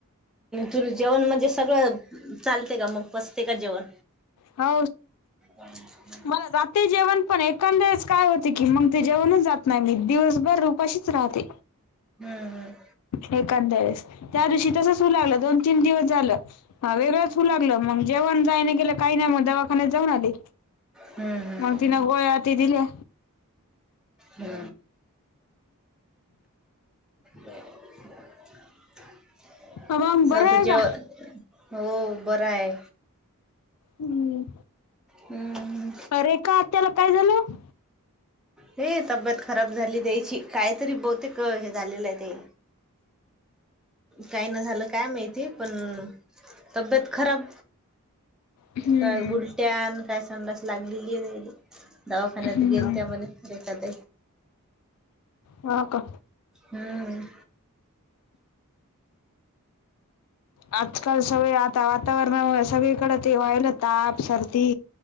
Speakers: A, in the centre; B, on the left.
A: तु जेवण म्हणजे सगळं चालते का मग पसते का जेवण
B: हा
A: हम्
B: मला जाते जेवण पण एखंद्याच काय होते की मग ते जेवणच जात नाही मी दिवसभर उपाशीच राहते
A: हम्म हम्म
B: एांंद्या वेळेस त्या दिवशी तसचू लागलं दोन तीन दिवस झालं हा वेगळंच होऊ लागलं मग जेवण जाय नाही गेलं काही नाही मग दवाखान्यात जाऊन आले
A: हम्म हम्म
B: मग तना गोळ्या हाती दिले
A: ह ब मला
B: मग बरं
A: तर
B: आहे
A: जेव
B: का
A: हो बर आहे
B: हम्म
A: हम्म
B: अ रेखा त्याला काय झालं
A: हे तब्येत खराब झाली दयची कायतरी बहुतेक हे झालेलं आहे ते काय न झालं काय माहिती पण तब्येत खराब
B: हम्म
A: काय ब टन काय संडस लागलेली आहे राहिली दवाखान्यात
B: हम्म.
A: गेल देखात
B: हा का
A: हम्म
B: आजकाल सगळे आता वातावरणामुळे सगळीकडे ते व्हायला ताप सर्दी